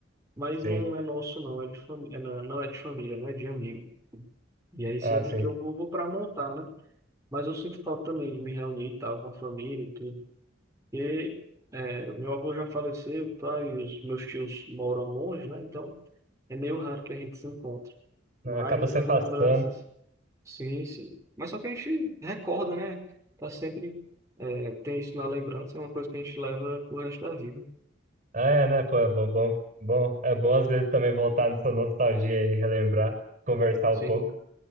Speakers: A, on the right; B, on the right.
A: Mas
B: Sim.
A: não é nosso, não. É de fami... é, não, é, não é de família, não é de amigo. E aí sempre
B: Ah, sim.
A: que eu vou, vou pra montar, né? Mas eu sinto falta também de me reunir e tal com a família e tudo. E é, o meu avô já faleceu, tá? E os meus tios moram longe, né? Então é meio raro que a gente se encontre. Mas
B: Acaba
A: essas
B: se afastando.
A: lembranças, sim, sim. Mas só que a gente recorda, né? Tá sempre é, tem isso na lembrança, é uma coisa que a gente leva pro resto da vida.
B: Ah, É, né, pô, é bom, bom, bom. É bom às vezes também voltar nessa nostalgia aí, relembrar, conversar
A: Sim.
B: um pouco.